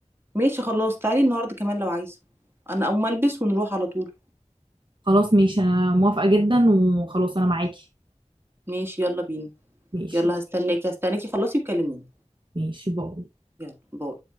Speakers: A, on the right; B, on the right.
A: ماشي خلاص تعالي النهاردة كمان لو عايزة انا اقوم البس ونروح على طول
B: خلاص ماشي انا موافقه جدا وخلاص انا معاكي
A: ماشي يلا بينا
B: ماشي
A: يلا هستناكي هستناكي خلصي وكلميني
B: ماشي باي
A: يلا باي